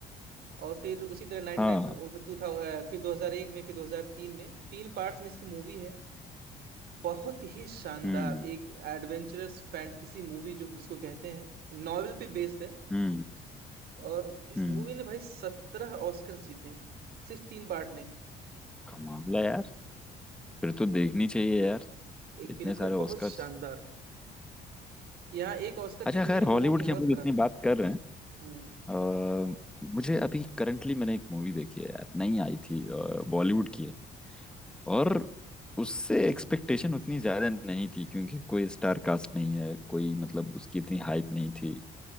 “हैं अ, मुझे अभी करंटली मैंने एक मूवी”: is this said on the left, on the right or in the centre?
Centre